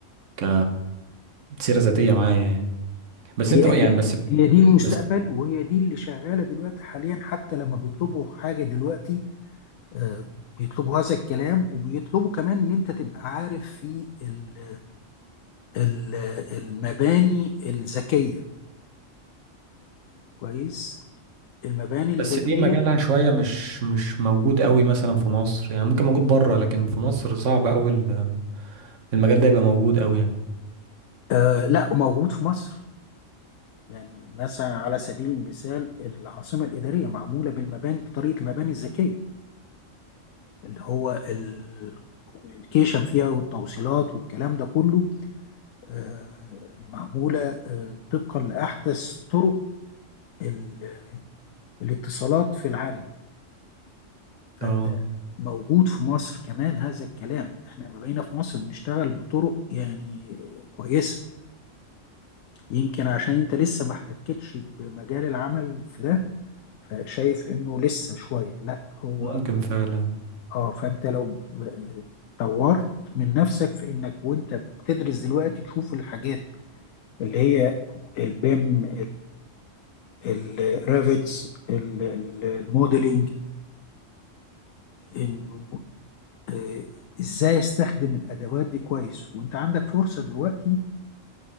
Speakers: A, on the right (about 70°); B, on the left (about 85°).
A: ك سيرة ذاتية معايا يعني بس انت
B: هي
A: بقى-
B: هي
A: يعني بس
B: هي دي المستقبل
A: بس
B: وهي دي اللي شغالة دلوقتي حاليا حتى لما بيطلبوا حاجة دلوقتي آه، بيطلبوا هذا الكلام وبيطلبوا كمان ان انت تبقى عارف في ال ال المباني الذكية كويس المباني الذكية
A: بس دي مجالها شوية مش مش موجود قوي مثلا في مصر يعني ممكن موجود بره لكن في مصر صعب قوي ال- المجال ده يبقى موجود قوي يعني
B: آه لا موجود في مصر يعني مثلا على سبيل المثال العاصمة الإدارية معمولة بالمباني بطريقة المباني الذكية اللي هو الكوميونيكيشن فيها والتوصيلات والكلام ده كله آه، معمولة آه، طبقا لأحدث طرق ال- الاتصالات في العالم فأنت
A: اه
B: موجود في مصر كمان هذا الكلام احنا ما بقينا في مصر بنشتغل بطرق يعني كويسة يمكن عشان انت لسه ما احتكتش بمجال العمل في ده فشايف انه لسه شوية لا هو
A: ممكن فعلا
B: اه فانت لو ب- طورت من نفسك في انك وانت بتدرس دلوقتي تشوف الحاجات اللي هي البيم الريفيتس الموديلنج انه آه، ازاي استخدم الادوات دي كويس وانت عندك فرصة دلوقتي